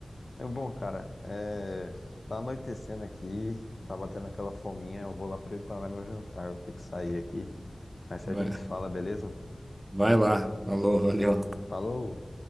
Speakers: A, on the left (about 50°); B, on the right (about 25°).
A: É bom, cara. É, tá anoitecendo aqui, tá batendo aquela fominha. Eu vou lá preparar meu jantar, eu vou ter que sair aqui. Mas se
B: Vai,
A: a gente se fala, beleza?
B: vai lá. Alô, valeu.
A: Falou!